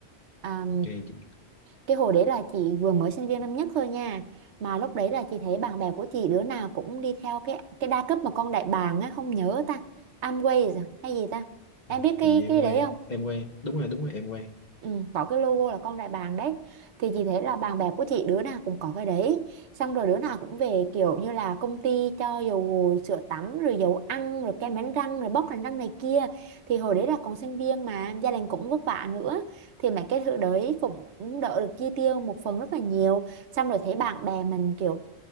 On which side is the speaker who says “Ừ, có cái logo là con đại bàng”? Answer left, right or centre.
Right